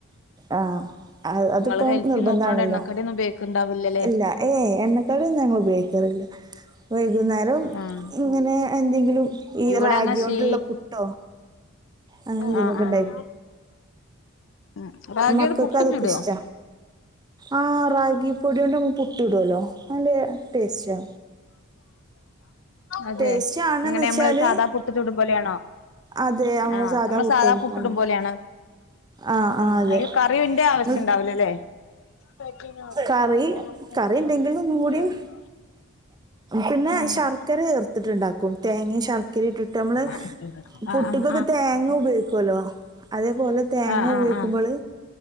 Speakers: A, on the right (about 20°); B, on the left (about 60°).
A: ആഹ് അഹ് അത്പ്പം
B: നിങ്ങള് ഹെൽത്തി
A: നിർബന്ധാണല്ലോ
B: നോക്കണോണ്ട് എണ്ണക്കടിയൊന്നും ഉപയോഗിക്കണ്ടാവില്ലല്ലേ
A: ഇല്ല എഏയ് എണ്ണക്കടിയൊന്നു ഞങ്ങൾ ഉപയോഗിക്കാറില്ല വൈകുന്നേരം
B: ആഹ്
A: ഇങ്ങനെ എന്തെങ്കിലും ഈ
B: ഇവിടെ
A: റാഗിയോണ്ടുള്ള
B: അങ്ങ ശീ
A: പുട്ടോ അങ്ങനെ എന്തെങ്കിലുമൊക്കെ
B: ആഹ് ആഹ് ഉം റാഗിയോണ്ട്
A: മക്കക്കതൊക്കിഷ്ട
B: പുട്ടും ചുടുവോ
A: ആ റാഗി പൊടിയൊണ്ട് നമ്മൾ പുട്ടൂടുല്ലോ നല്ലേ ടേസ്റ്റാ
B: അതെ
A: ടേസ്റ്റ് ആണെന്ന്
B: ങ്ങനെ
A: വെച്ചാൽ
B: നമ്മള് സാധാ പുട്ട് ചുടും പോലേണോ
A: അതെ നമ്മൾ
B: ആഹ് നമ്മള്
A: പുട്ടിടുന്ന
B: സാധാ പുട്ടുടും
A: പോലെ
B: പോലേണ്
A: ആ ആ
B: ആഹ്
A: അതെ
B: അയ്‌ന് കറിവിന്റെ ആവശ്യണ്ടാവുലല്ലേ
A: നമ്മൾ
B: <unintelligible>
A: കറി കറി ഉണ്ടെങ്കിൽ ഒന്നും കൂടിയും പിന്നെ
B: ആഹ്
A: ശർക്കര ചെർത്ത്ട്ട്ണ്ടാക്കും തേങ്ങേ ശർ ക്കിരി ഇട്ടിട്ട് നമ്മള്
B: ആഹ്
A: പുട്ടിക്കൊക്കെ
B: ആഹ് ആഹ്
A: തേങ്ങ ഉപയോഗിക്കുവലോ അതേപോലെ തേങ്ങ
B: ആഹ് ആഹ്
A: ഉപയോഗിക്കുമ്പള്
B: ആഹ്